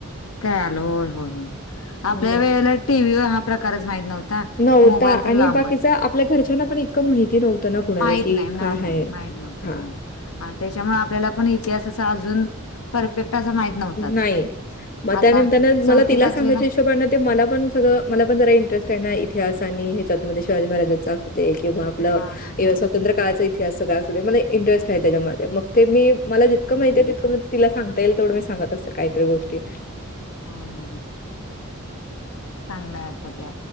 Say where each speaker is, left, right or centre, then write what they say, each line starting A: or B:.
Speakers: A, on the left; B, on the left.
A: काय आल होय, होय, होय. आपल्या
B: मग
A: वेळेला टीव्हीवर हा प्रकारच माहित नव्हता
B: नव्हता
A: मोबाईल तर
B: आणि
A: लांबच.
B: बाकीचं आपल्या घरच्यांना पण इतकं माहिती नव्हतं ना कुणाला,
A: माहीत
B: की
A: नाही,
B: काय
A: नाही, नाही,
B: हाय?
A: माहीत नव्हतो.
B: हां,
A: ह त्याच्यामुळे आपल्याला पण इतिहास असा अजून परफेक्ट असा माहीत नव्हताच.
B: नाही. मग
A: आता
B: त्यानिमित्ताने
A: चौथी,
B: मला तला
A: पाचवीला
B: सांगायचं मला पण सगळं मला पण जरा इंटरेस्ट आहे ना इतिहास आणि ह्याच्यातूनमध्ये शिवाजी महाराजांचा असुदे किंवा न
A: हां, हां, हां.
B: एव स <inaudible> तंत्रळाचा इतिहास सगळा अस मला इंटरेस्ट आहे त्याच्यामध्ये मग ते मी मला जितकं माहिती आहे तितकं मी तिला सांगता येईल तेवढं मी सांगत असते काहीतरी गोष्टी
A: ह चांगलं आहे आता ते